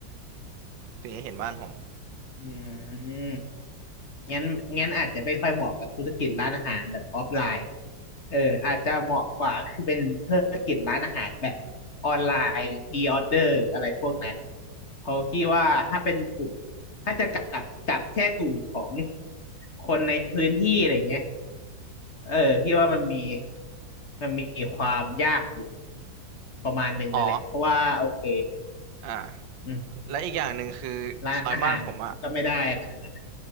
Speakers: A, on the right; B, on the left.
A: ถึงจะเห็นบ้านผม
B: อืม งั้นงั้นอาจจะไม่ค่อยเหมาะกับธุรกิจร้านอาหารแบบออฟไลน์เอออาจจะเหมาะกว่าคือเป็นธุรกิจร้านอาหารแบบออนไลน์พรีออเดอร์อะไรพวกนั้นเพราะคิดว่าถ้าเป็นกลุ่มถ้าจะกลับกลับแค่กลุ่มของคนในพื้นที่อะไรเงี้ยเออพี่ว่ามันมีมันมีความยากอยู่ประมาณหนึ่งเลยแหละเพราะว่าโอเค
A: อ๋ออ่า
B: อืม
A: และอีกอย่างหนึ่งคือ
B: ร้านอาหารก็ไม่ได้ขนาดนั้นอะ
A: ซอยบ้านผมอ่ะ